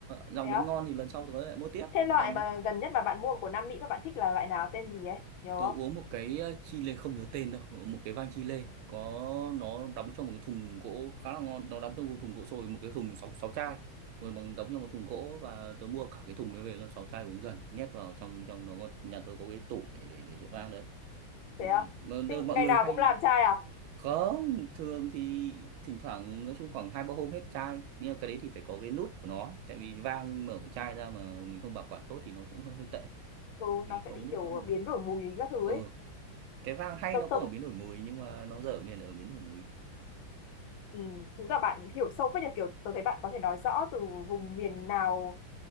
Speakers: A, on the right (about 85°); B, on the left (about 80°).
A: dòng
B: thế á?
A: đấy ngon thì lần sau tớ lại mua tiếp
B: Thế loại
A: còn
B: mà gần nhất mà bạn mua của Nam Mỹ mà bạn thích là loại nào tên gì ấy? Nhớ
A: tôi
B: không?
A: uống một cái ờ, chi lê không nhớ tên đâu, một cái vang chi lê có nó đóng trong một cái thùng gỗ khá là ngon, nó đóng trong một thùng gỗ sồi, một cái thùng sáu sáu chai, rồi bằng đóng trong một thùng gỗ và tớ mua cả cái thùng đấy về luôn sáu chai uống dần, nhét vào trong trong nó có nhà tớ có cái tủ để để để rượu vang đấy. Thì
B: Thế à?
A: mà
B: Thế
A: tớ- mọi
B: ngày
A: người
B: nào
A: hay
B: cũng làm trai à?
A: không thường thì thỉnh thoảng nói chung khoảng hai ba hôm hết chai nhưng mà cái đấy thì phải có cái nút của nó tại vì vang mở chai ra mà mình không bảo quản tốt thì nó cũng hơi, hơi tệ
B: Ừ,
A: thì
B: nó sẽ
A: có
B: bị
A: cái nút
B: kiểu
A: nó cũng được
B: biến đổi mùi các thứ
A: Ờ
B: ấy
A: cái vang hay
B: tớ,
A: nó cũng
B: tớ
A: ở biến đổi mùi nhưng mà nó dở miền ở biến đổi mùi
B: Ừ, chứng tỏ bạn hiểu sâu phết nhờ kiểu tôi thấy bạn có thể nói rõ từ vùng miền nào